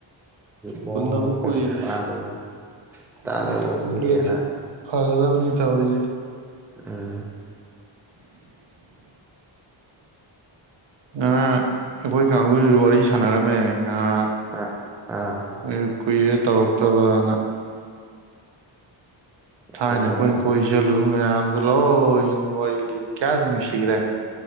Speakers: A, in the centre; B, on the right.
A: ꯃꯋꯥ
B: ꯄꯨꯅꯗꯕ
A: ꯃꯈꯣꯟꯒ
B: ꯀꯨꯏꯔꯦ
A: ꯇꯥꯗꯕ
B: ꯑꯝꯇꯡ
A: ꯇꯥꯗꯕ
B: ꯄꯨꯜꯂꯗꯤ
A: ꯀꯨꯏꯔꯦꯅ
B: ꯐꯒꯗꯕꯅꯤ ꯇꯥꯥꯎꯔꯤꯖꯦ
A: ꯎꯝ
B: ꯉꯅꯥ ꯑꯩꯈꯣꯏ ꯀꯥꯡꯒꯨꯖꯨ ꯋꯥꯔꯤ ꯁꯥꯟꯅꯔꯝꯃꯦ ꯉꯥꯏꯍꯥꯛ
A: ꯑ ꯑꯥ
B: ꯃꯣꯏ ꯀꯨꯏꯔꯦ ꯇꯧꯔꯛꯇꯕꯅ ꯊꯥꯏꯅ
A: ꯑꯣ
B: ꯑꯩꯈꯣꯏꯅ ꯀꯣꯏ ꯆꯠꯂꯨ ꯃꯌꯥꯝꯗꯨ ꯂꯣꯏꯅ ꯋꯥꯔꯤ ꯂꯤꯔꯦ ꯀꯌꯥꯗꯤ ꯅꯨꯡꯁꯤꯒ꯭ꯔꯦ